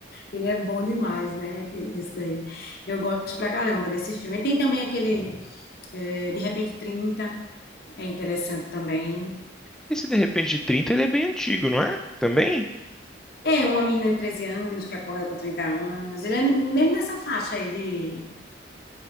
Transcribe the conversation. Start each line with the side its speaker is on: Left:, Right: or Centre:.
Left: Ele é bom demais, né? que- Esse daí. Eu gosto pra caramba desse filme. E tem também aquele é, De Repente 30, é interessante também.
Centre: Esse De Repente de 30, ele é bem antigo, não é? Também?
Left: É uma menina de 13 anos que acorda com 30 anos. Ele é mesmo nessa faixa aí de,